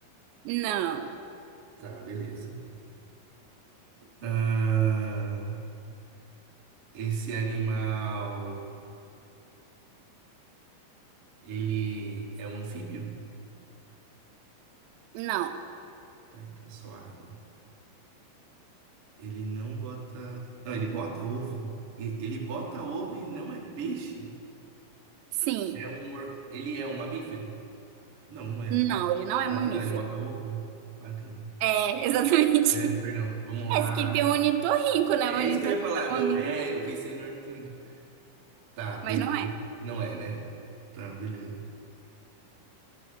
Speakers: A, on the right; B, on the right.
A: Não,
B: Tá, beleza. Ah, esse animal, ele é um anfíbio?
A: não.
B: Tá, então é só água. Ele não bota. Não, ele bota ovo. E- Ele bota ovo e não é peixe?
A: Sim.
B: É um... or- Ele é um mamífero? Não, não é,
A: Não,
B: né?
A: ele não é
B: Claro
A: mamífero.
B: que não, ele bota ovo, é? Claro que não.
A: É, <laughs> exatamente.
B: É, perdão, vamos lá.
A: Esse que tem o ornitorrinco, né?
B: É, é
A: O ornitorrinco
B: isso que eu ia falar,
A: é mamífero,
B: eu, é, eu pensei no ornitorrinco. Tá, beleza.
A: mas não é.
B: Não é, né? Tá, beleza.